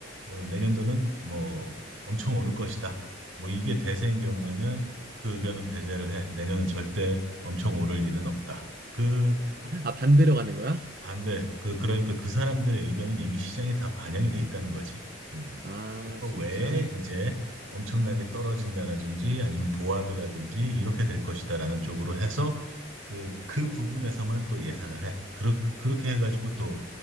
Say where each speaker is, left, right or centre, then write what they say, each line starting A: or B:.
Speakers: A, on the right; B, on the right.
A: 어, 내년도는 뭐 엄청 오를 것이다. 뭐 이게 대세인 경우에는 그 의견은 배제를 해. 내년은 절대 엄청 오를 일은 없다. 그
B: 아, 반대로 가는 거야?
A: 반대, 그 그러니까 그 사람들의 의견은 이미 시장에 다 반영이 돼 있다는 거지. 음.
B: 아,
A: 그거
B: 진짜?
A: 외에 이제 엄청나게 떨어진다라든지 아니면 보합이라든지 이렇게 될 것이다라는 쪽으로 해서 그, 그 부분에서만 또 예상을 해. 그렇, 그렇게 해가지고 또